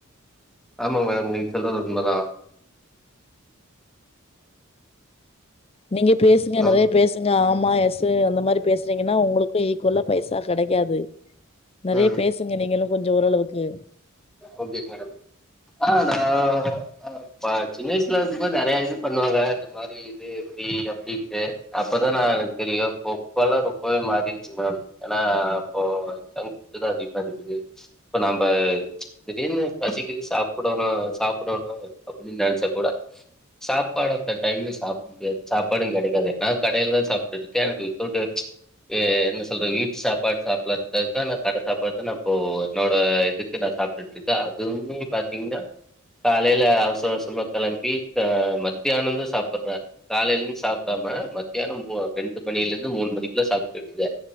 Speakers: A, in the centre; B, on the left.
A: ஆமா மேம் நீங்க சொல்றது உண்ம தா
B: நீங்க பேசுங்கனதே
A: ஹலோ
B: பேசுங்க ஆமா எஸ் அந்த மாரி பேசுறீங்கன்னா உங்களுக்கு ஈக்குவலா பைசா கடைக்காது நறைய
A: ம்
B: பேசுங்க நீங்களு கொஞ்சோ ஓரளவுக்கு
A: ஓகேங் மேடம் ஆ நா அ ப்பா சின்ன வயசுல இருக்கு போது நறையா இது பண்ணுவாங்க இந்த மாரி இது எப்டி அப்டின்னுட்டு அப்பதான நா எனக்கு தெரியு பொப் இபெல்லா ரொம்பவே மாறிருச்சு மேடம் ஏன்னா அப்போ ஜங்க் ஃபுட்டு தா அதிப்பா இருக்குது இப்ப நம்ப திடீர்னு பசிக்குது சாப்புடணு சாப்புடணு அப்டின்னு நெனச்சா கூட சாப்பாடு அடுத்த டைம்லே சாப்பு முடியாது சாப்பாடு கெடைக்காது நா கடையில தா சாப்டுட்டு இருக்கே எனக்கு வித்தவுட் ஆ என்ன சொல்றது வீட்டு சாப்பாடு சாப்புலானு <unintelligible> தா நா கட சாப்பாடு தா நா அப்போ என்னோட இதுக்கு நா சாப்ட்டுட்டு இருக்கே அதுவுமே பாத்தீங்கன்னா காலையில அவசர அவசரமா கெளம்பி இப்ப மத்தியானம்ந்தா சாப்பறே காலையில இருந்து சாப்ட்டாம மதியான மூ ரெண்டு மணியில இருந்து மூணு மணிக்குள்ள சாப்ட்டுட்டு இருக்கே